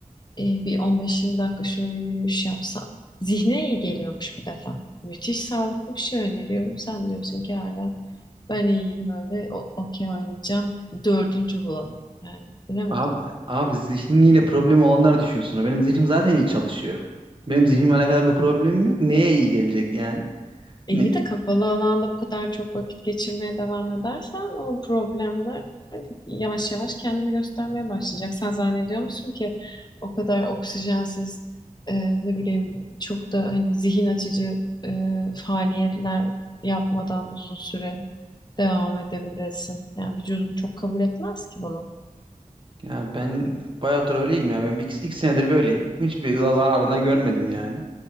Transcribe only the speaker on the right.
Abi, abi zihniyle problem olanlar düşünsün. Benim zihnim zaten iyi çalışıyor. Benim zihnimle alakalı bir problemim yok. Neye iyi gelecek yani?
Ne-
Ya ben bayağıdır öyleyim ya. Ben iki, iki senedir böyleyim. Hiçbir zararını da görmedim yani.